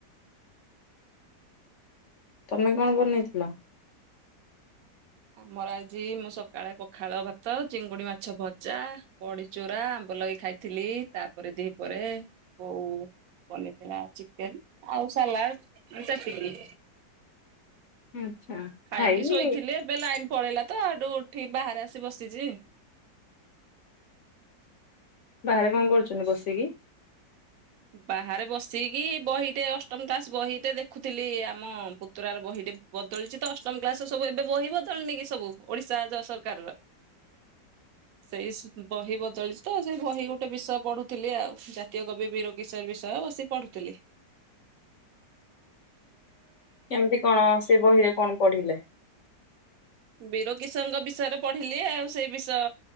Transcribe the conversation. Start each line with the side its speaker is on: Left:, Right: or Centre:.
Right: <inaudible>
Left: ତମେ କଣ ବନେଇଥିଲ।
Right: ଆମର ଆଜି ମୁଁ ସକାଳେ ପଖାଳ ଭାତ, ଚିଙ୍ଗୁଡି ମାଛ ଭଜା, ବଡି। ଚୁରା ଆମ୍ବ ଲାଗେ ଖାଇଥିଲି ତାପରେ ଦିପହରେ ବୋଉ ବନେଇଥିଲା ଚିକେନ ଆଉ ସାଲାଡ ସେତିକି।
Left: ଆଚ୍ଛା।
Right: ଖାଇକି
Left: ଖାଇନି
Right: ଶୋଇଥିଲି ଏବେ ଲାଇନ ପଳେଇଲା ତ ହେଠୁ ଉଠିକି ବାହାରେ ଆସି ବସିଛି।
Left: ବାହାରେ କଣ କରୁଛନ୍ତି ବସିକି।
Right: ବାହାରେ ବସିକି ବହିଟେ ଅଷ୍ଟମ କ୍ଲାସ ବହିଟେ ଦେଖୁଥିଲି ଆମ ପୁତୁରାର ବହିଟେ। ବଦଳିଛି ତ ଅଷ୍ଟମ କ୍ଲାସ ସବୁ ଏବେ ବହି ବଦଳିନି କି ସବୁ ଓଡିଶା ଯ ସରକାରର। ସେଇସ୍ ସେଇ ବହି ବଦଳିଚି ତ ସେଇ ବହି ଗୋଟେ ବିଷୟ ପଢୁଥିଲି ଆଉ ଜାତୀୟ କବି ବୀର କିଶୋର ବିଷୟ ବସି ପଢୁଥିଲି।
Left: କେମିତି କଣ ସେ ବହିରେ କଣ ପଢିଲେ।
Right: ବୀର କିଶୋରଙ୍କ ବିଷୟରେ ପଢିଲି ଆଉ ସେଇ ବିଷୟ।